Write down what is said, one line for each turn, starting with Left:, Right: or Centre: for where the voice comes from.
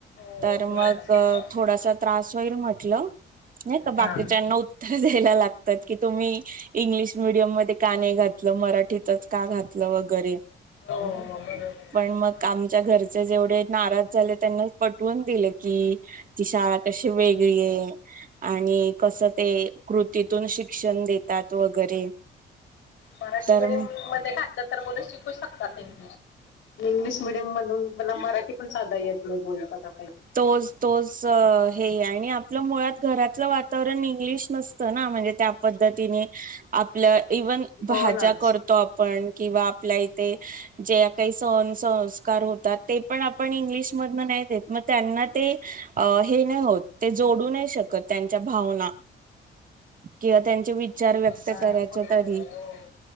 Left: हो
Right: तर
Left: बरोबर
Right: मग
Left: आहे.
Right: थोडासा त्रास होईल म्हटलं नाही का
Left: हा
Right: बाकीच्यानी उत्तर द्यायला लागतं की तुम्ही इंग्लिश मिडीयम मध्ये का नाही घातल मराठी का घातलं वगैरे
Left: हो हो बरोबर आहे.
Right: पण मग आमचे घरचे जेव्हा थोडे नाराज झाले त्यांना पटवून हे दिले, कि ती शाळा कशी वेगळी आहे आणि कसं ते कृतीतून शिक्षण देतात वगैरे
Left: मराठी
Right: तर
Left: मीडियम मध्ये घातलं तर मुलं शिकू शकतात इंग्लिश, इंग्लिश मिडियम मधून मला मराठी पण साधा येत नाही बोलताना काही,
Right: तोच तोच हे आणि आपलं मुळात घरातलं वातावरण इंग्लिश नसत हे ना म्हणजे त्या पद्धतीने आपल इवन
Left: हो
Right: भाज्या
Left: ना.
Right: कर तो आपण किंवा आपल्या इथे जे काही सोसोनं संस्कार होतात ते पण आपण इंग्लिश मधन नाही देत, मग त्यांना ते हे नाही होत ते जोडू नाही शकत त्यांच्या भावना, किंवा त्यांचे विचार व्यक्त
Left: हा
Right: करायचे
Left: बरोबर
Right: तरी,
Left: आहे हो.